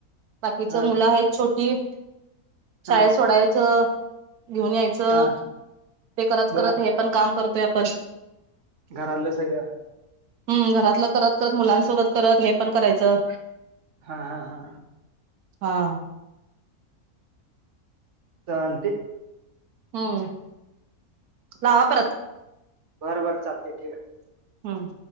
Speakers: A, on the right; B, on the right.
A: बाकीच
B: हा
A: मुलं आहेत छोटी शाळेत
B: हा
A: सोडायचं. घेऊन यायचं
B: हा
A: ते करत
B: बर
A: करत हे पण काम करतोय आपण
B: घरलं सगळं
A: हम् घरातलं करत करत मुलांसोबत करत हे पण करायचं.
B: हा हा हा
A: हा
B: चालतय
A: हम्म लावा परत
B: घरभर चालते ठीक आहे.
A: हम्म